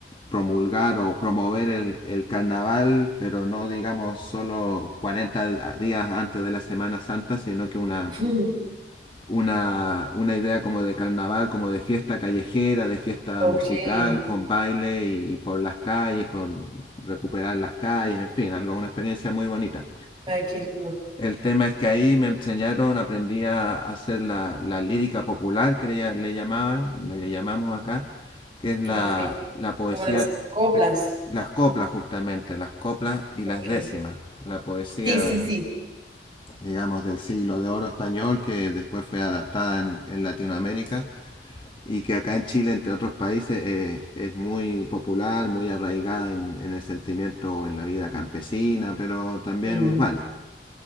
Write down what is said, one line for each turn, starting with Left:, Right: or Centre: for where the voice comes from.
Left: promulgar o promover el, el carnaval, pero no digamos solo 40 di- días antes de la Semana Santa, sino que una,
Right: Ujú,
Left: una, una idea como de carnaval, como de fiesta callejera, de fiesta
Right: Ok,
Left: musical,
Right: ay,
Left: con baile y, por las calles, con recuperar las calles, en fin, algo, una experiencia muy bonita.
Right: qué lindo.
Left: El tema es que ahí me enseñaron, aprendí a hacer la, la lírica popular que le, le llamaban, le, le llamamos acá, que es la,
Right: Ok,
Left: la poesía,
Right: como las coplas.
Left: las coplas justamente, las coplas y
Right: Ok,
Left: las décimas. La poesía,
Right: Sí, sí, sí.
Left: digamos, del siglo de oro español que después fue adaptada en, en Latinoamérica y que acá en Chile, entre otros países, eh, es muy popular, muy arraigada en, en el sentimiento, en la vida campesina, pero también
Right: mm,
Left: urbana.